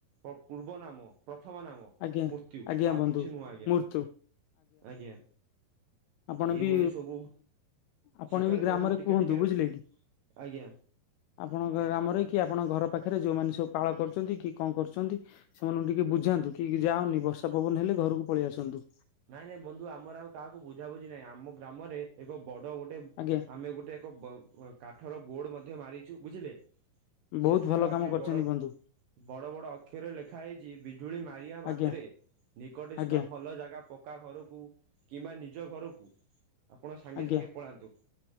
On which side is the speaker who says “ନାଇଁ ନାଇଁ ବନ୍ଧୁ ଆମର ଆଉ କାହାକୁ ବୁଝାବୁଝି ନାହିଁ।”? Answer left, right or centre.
Right